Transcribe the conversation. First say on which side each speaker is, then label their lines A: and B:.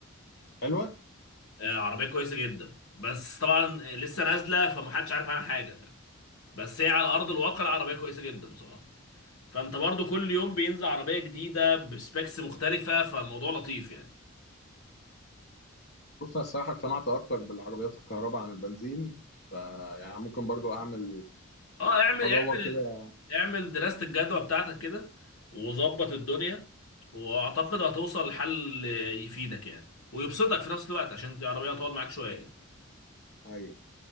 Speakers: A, on the left; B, on the left.
A: حلوة
B: آه عربيه كويسه جدا بس طبعا آه، لسه نازله فمحدش عارف عنها حاجه بس هي على ارض الواقع لا، عربيه كويسه جدا بصراحه فانت برضو كل يوم بينزل عربيه جديده بسبيكس مختلفه فالموضوع لطيف يعني
A: بص أنا الصراحة اقتنعت أكتر بالعربيات الكهرباء عن البنزين فيعني ممكن برضه أعمل
B: اه اعمل
A: أدور
B: اعمل
A: كده
B: اعمل دراسه الجدوى بتاعتك كده وظبط الدنيا واعتقد هتوصل لحل يفيدك يعني ويبسطك في نفس الوقت عشان العربيه هتقعد معاك شويه يعني.
A: أيوه